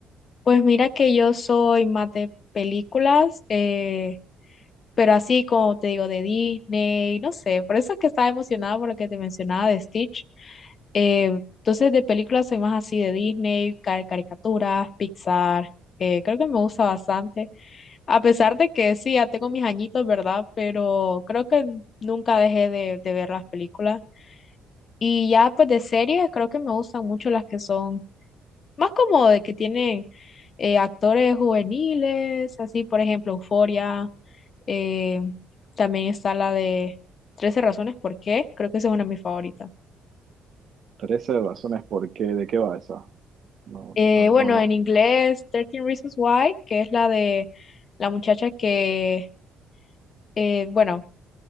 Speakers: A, on the left; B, on the right.
A: Pues mira que yo soy más de películas, eh, pero así como te digo, de Disney, no sé, por eso es que estaba emocionada por lo que te mencionaba de Stitch. Eh, entonces, de películas soy más así de Disney, ca- caricaturas, Pixar, eh, creo que me gusta bastante. A pesar de que sí, ya tengo mis añitos, ¿verdad? Pero creo que nunca dejé de, de ver las películas. Y ya pues de series, creo que me gustan mucho las que son más como de que tienen eh, actores juveniles, así por ejemplo Euphoria, eh, también está la de 13 razones por qué, creo que esa es una de mis favoritas.
B: 13 razones por qué, ¿de qué va esa? No,
A: Eh,
B: no,
A: bueno,
B: no, no.
A: en inglés, 13 Reasons Why, que es la de la muchacha que, eh, bueno,